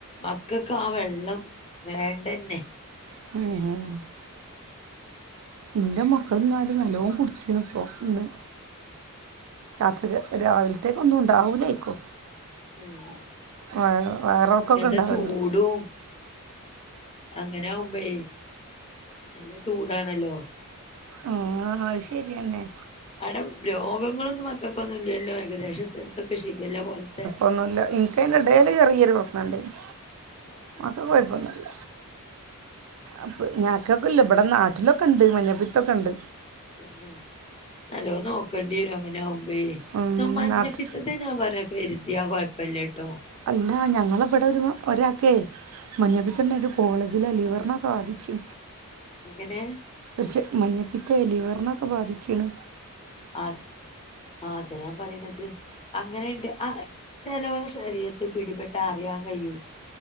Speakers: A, on the left; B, on the right.
A: മക്കക്ക് ആ വെള്ളം വേണ്ടന്നെ
B: <unintelligible> ഇന്റെ മക്കളും ഞാനും നല്ലോണം കുട്ച്ചിരിന്ന് ഇപ്പൊ ഇന്ന് രാത്രിക് രാവിൽത്തേക്ക് ഒന്നും ഉണ്ടാവൂലേക്കും
A: ആഹ്
B: വയറ് വയറൾക്കം
A: ഇങ്ങനത്തെ
B: ഒക്കെ ഇണ്ടാവല്ണ്ട്
A: ചൂടും അങ്ങനെ ആവുമ്പേ നല്ല ചൂടാണല്ലോ
B: ആഹ് അത് ശരി അന്നെ
A: അവടം രോഗങ്ങള് ഒന്നും മക്കക്ക് ഒന്നും ഇല്ലല്ലോ ഏകദേശ സ്ഥലത്ത് ഒക്കെ ഷിഖില്ല പോൽത്തെ
B: ഒന്നും ഇല്ല ഇൻക്ക് അയിൻ്റെ എടേല് ചെറിയ ഒരു പ്രശ്നം ഇണ്ടയ്നി
A: ആഹ് ആഹ്
B: അത്
A: ആഹ്
B: കൊയപ്പൊന്നും ഇല്ല അപ്പ് ഞങ്ങക്ക് ഒക്കെ ഇല്ല ഇവടെ നാട്ടില് ഒക്കെണ്ട് മഞ്ഞപ്പിത്തം ഒക്കെണ്ട്
A: തന്നെ നല്ലോണം നോക്കേണ്ടി വെരും അങ്ങനെ ആകുമ്പയേ
B: ഉം
A: ന്ന മഞ്ഞപ്പി
B: നാട്ട്
A: ത്തത്തി ഞാൻ പറയാ കെര്തിയാ കൊയ്പ്പല്ല ട്ടോ
B: അല്ല ഞങ്ങള ഇവടെ ഒരു ഒരാക്കേ മഞ്ഞപ്പിത്തം ഉണ്ടായിട്ട് കോളേജിലെ ലിവറിനെ ബാധിച്ചു
A: എങ്ങനെ
B: പക്ഷേ മഞ്ഞപ്പിത്തെ ലിവറിന് ഒക്കെ ബാധിച്ച്ക്ണ്
A: അത് ആഹ് അതാ ഞാൻ പറിണത് അങ്ങനെണ്ട് ആ ചെലോലെ ശരീര ത്തില് പിടിപെട്ടാ അറിയാൻ കയ്യും